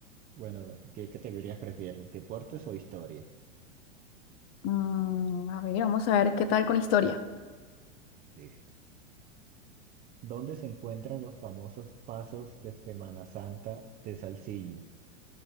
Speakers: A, on the right (about 25°); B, on the left (about 40°).
A: bueno, ¿qué categorías prefieres? ¿Deportes o historia?
B: Mm, a ver, vamos a ver qué tal con historia.
A: Listo. ¿Dónde se encuentran los famosos pasos de Semana Santa de Salsillo?